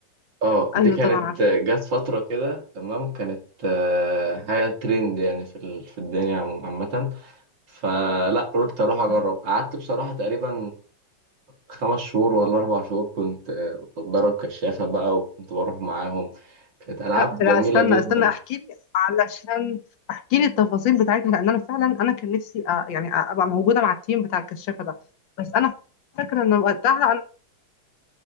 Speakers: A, on the right; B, on the left.
A: اه دي
B: ايوه
A: كانت
B: طبعا عارفة
A: آه، جت فترة كده تمام كانت آه، حاجة ترند يعني في ال- في الدنيا عموما- عامة فلا قلت اروح اجرب
B: صح
A: قعدت بصراحه تقريبا خمس شهور ولا اربع شهور كنت آه، بتدرب كشافه بقى وكنت بروح معاهم كانت العاب
B: لا لا
A: جميله
B: استنى
A: جدا
B: استنى احكي لي علشان احكي لي التفاصيل بتاعتها لان انا فعلا انا كان نفسي أ... يعني أ- ابقى موجودة مع التيم بتاع الكشافة ده بس انا فاكرة ان وقتها انا